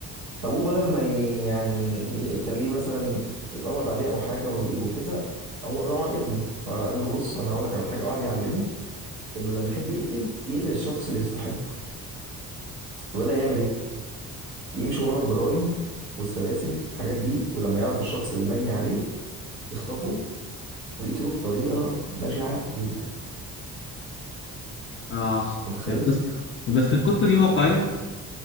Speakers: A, on the right; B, on the left.
A: فابوه بدل ما ي- يعني يخليه مثلا يتقبض عليه او حاجة وي- وكده هو طبعا ابنه فقال له بص انا هقول لك على حاجة وقعد يعلمه انه لما يحب يقتل يقتل الشخص اللي يستحق فبدأ يعمل ايه يمشي ورا الجرائم والسلاسل والحاجات دي ولما يعرف الشخص اللي مجني عليه يخطفه ويقتله بطريقة بشعة جدا
B: اه
A: أنت متخيل؟
B: يا قصة بس القصة دي واقعية
A: يعني